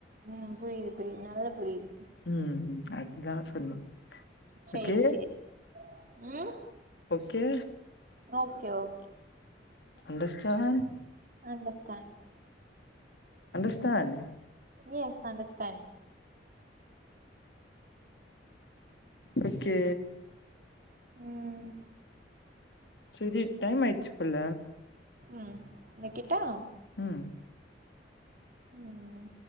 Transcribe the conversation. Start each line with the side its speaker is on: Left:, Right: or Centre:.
Right: ம் புரியுது புரியுது நல்லா புரியுது
Left: ம் ம் அதுதா சொன்னே
Right: சேரி
Left: ஓகே
Right: சேரி ம்
Left: okay
Right: okay okay
Left: understand
Right: understand
Left: understand
Right: yes understand
Left: okay
Right: ம்
Left: செரி டைம் ஆயிட்ச்சி போல
Right: ம் வெக்கிட்டா
Left: ம்
Right: ம்